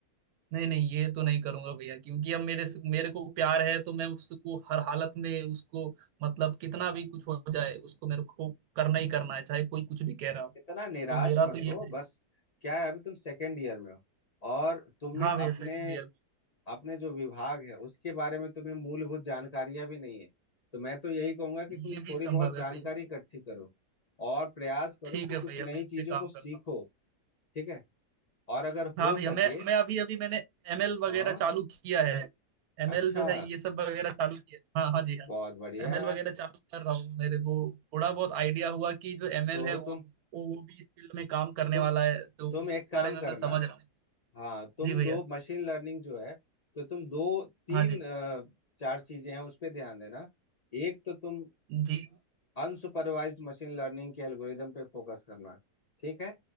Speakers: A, on the right; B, on the left.
A: नहीं नहीं ये तो नहीं करूंगा भैया क्योंकि अब मेरे से-
B: तो
A: मेरे को प्यार है तो मैं उसको हर हालत में उसको मतलब कितना भी कुछ हो जाए उसको मेरे को करना ही करना है चाहे कोई कुछ भी कह रहा हो
B: इतना निराश
A: तो मेरा
B: मत
A: तो ये
B: हो
A: है
B: बस क्या है अभी तुम सेकेंड ईयर में हो और तुमने
A: हाँ भैया
B: अपने
A: सेकंड ईयर
B: अपने जो विभाग है उसके बारे में तुम्हें मूलभूत जानकारियां भी नहीं है तो मैं तो यही कहूंगा कि
A: में ये
B: तुम थोड़ी
A: भी संभव
B: बहुत जानकारी
A: है भैया
B: इकट्ठी करो और प्रयास करो
A: ठीक
B: कि
A: है
B: कुछ
A: भैया
B: नई
A: मैं इस
B: चीजों
A: पे काम
B: को सीखो
A: करता हूँ
B: ठीक है और अगर
A: हाँ
B: हो
A: भैया
B: सके
A: मैं मैं अभी अभी मैंने एमएल वगैरह
B: हाँ
A: चालू किया है एमएल
B: अच्छा
A: जो है ये सब वगैरह चालू किया है। हाँ हाँ जी हाँ
B: बहुत बढ़िया
A: एमएल
B: यार
A: वगैरह चालू कर रहा हूँ मेरे को थोड़ा बहुत आइडिया हुआ कि जो एमएल
B: जो
A: है वो
B: तुम
A: वो वो भी इस फील्ड में काम करने
B: तुम
A: वाला है तो
B: तुम
A: उसके
B: एक काम
A: बारे में
B: करना
A: मैं समझ रहा हूँ
B: हाँ तुम
A: जी भैया
B: दो मशीन लर्निंग जो है तो तुम दो तीन
A: हाँ जी
B: अ, चार चीजें हैं उस पे ध्यान देना एक तो तुम
A: जी
B: अनसुपरवाइज्ड मशीन लर्निंग के एल्गोरिदम पे फोकस करना ठीक है